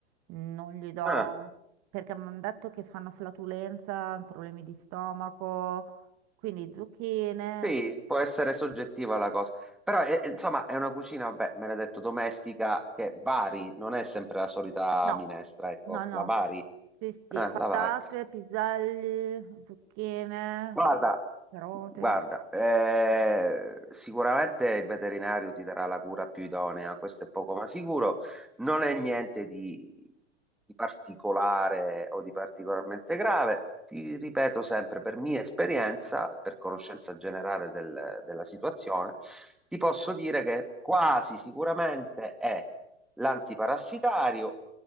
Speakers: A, on the right (about 45°); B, in the centre.
A: non gli do
B: Ah.
A: perché mi hanno detto che fanno flatulenza, problemi di stomaco, quindi zucchine,
B: Sì, può essere soggettiva la cosa, però è- è- insomma è una cucina, beh, me l'hai detto, domestica che vari, non è sempre la solita
A: no,
B: minestra, ecco,
A: no, no,
B: la vari, eh,
A: sì, sì, patate,
B: la vari.
A: piselli, zucchine,
B: Guarda,
A: eh, carote.
B: guarda, eh, sicuramente il veterinario ti darà la cura più idonea, questo è poco ma sicuro, non è niente di, di particolare o di particolarmente grave. Ti ripeto sempre, per mia esperienza, per conoscenza generale del- della situazione, ti posso dire che quasi sicuramente è l'antiparassitario